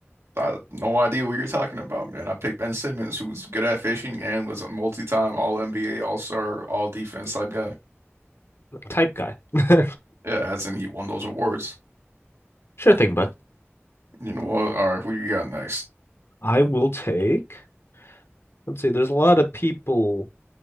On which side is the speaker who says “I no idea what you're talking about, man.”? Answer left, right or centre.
Right